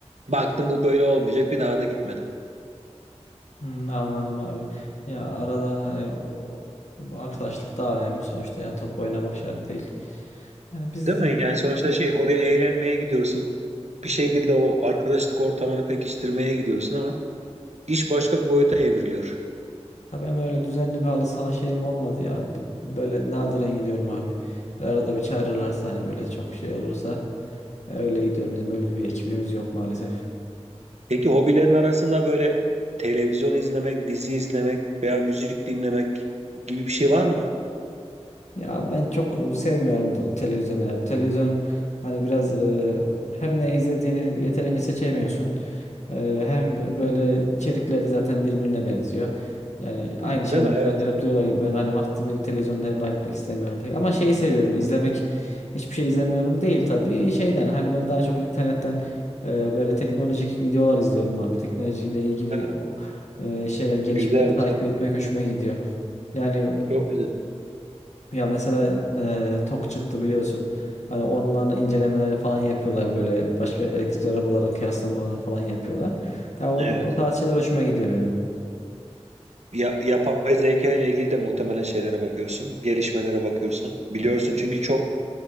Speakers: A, on the right (about 75°); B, on the left (about 85°).
A: baktım bu böyle olmayacak bir daha da gitmedim.
B: Hmm, anladım abi. Ya arada hani o- bu arkadaşlık daha önemli sonuçta ya top oynamak şart değil. Yani biz
A: Değil mi? Yani sonuçta şey oraya eğlenmeye gidiyorsun. Bir şekilde o arkadaşlık ortamını pekiştirmeye gidiyorsun ama iş başka bir boyuta evriliyor.
B: ya benim öyle düzenli bir halı saha şeyim olmadı ya. B- Böyle nadiren gidiyorum abi. Böyle Arada bir çağırırlarsa hani böyle çok şey olursa ya öyle gidiyorum. Bizim öyle bir ekibimiz yok maalesef.
A: Peki hobilerin arasında böyle televizyon izlemek, dizi izlemek veya müzik dinlemek gibi bir şey var mı?
B: Ya ben çok sevmiyorum da televizyonu ya. Televizyon hani biraz e, hem ne izlediğini yeterince seçemiyorsun. E, hem böyle içerikleri zaten birbirine benziyor. Yani aynı
A: Değil
B: şeyleri
A: mi? Evet.
B: gönderip duruyorlar gibi ben hani vaktimi televizyonda heba etmek istemiyorum pek. Ama şeyi seviyorum izlemek hiçbir şey izlemiyorum değil tabii şeyden hani ben daha çok internetten e, böyle teknolojik videolar izliyorum abi. Teknolojiyle ilgili
A: Ha,
B: o, e, şeyler gelişmeleri
A: güzel
B: takip
A: güzel.
B: etmek hoşuma gidiyor. Yani
A: Çok güzel.
B: ya mesela e, TOK çıktı biliyorsun. Hani onların incelemelerini falan yapıyorlar böyle. Başka elektrikli arabaların kıyaslamalarını falan yapıyorlar. Ya o,
A: Evet.
B: o tarz şeyler hoşuma gidiyor benim.
A: Ya, yapay zeka ile ilgili de muhtemelen şeylere bakıyorsun, gelişmelere bakıyorsun. Biliyorsun çünkü çok